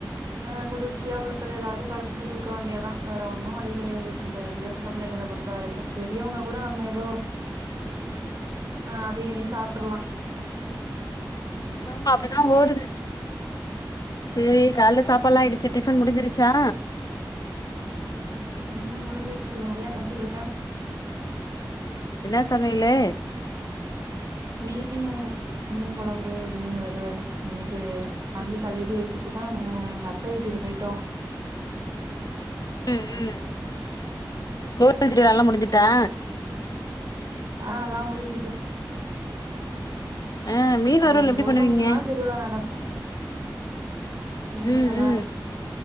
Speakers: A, on the right; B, on the left.
A: அ குளிர்ச்சியா உள்ளது ஏதாவ்து கலந்து குடுக்க வேண்டியதா வேற ஒன்னு வலி கெடையாது இந்த இதுல சின்ன புள்ளைங்கள பொறுத்த த்த வரைக்கூ பெரியவுங்க கூட நம்ம எதோ ஆ அதயு இதயு சாப்ட்ரலா
B: ஆமா அப்டிதா ஓடுது செரி கால்ல சாப்பாட்ல்லா ஆயிடுச்சி டிஃபன் முடிஞ்சிருச்சா
A: ம் முடிஞ்சிருச்சி இப்ப மதிய சமைச்சிட்ருக்க
B: என்னா சமையலு
A: மீனு மீனு கொழம்பு மீனு வறுவல் நேத்து வாங்கி கழுவி வச்சிட்டு தா நாங்க எங்க அத்த வீட்டுக்கு பேயிட்டோ
B: ம் ம் கோவில் திருவிழா எல்லா முடிஞ்சுட்டா
A: ஆ எல்லா முடிஞ்சுட்டு
B: ஆ மீன்
A: அது
B: வறுவல்
A: எங்க
B: எப்டி
A: ஊர்ல
B: பண்ணுவீங்க
A: மூணா நாள் திருவிழா நடக்கும் மீனறுவலா
B: ம் ம்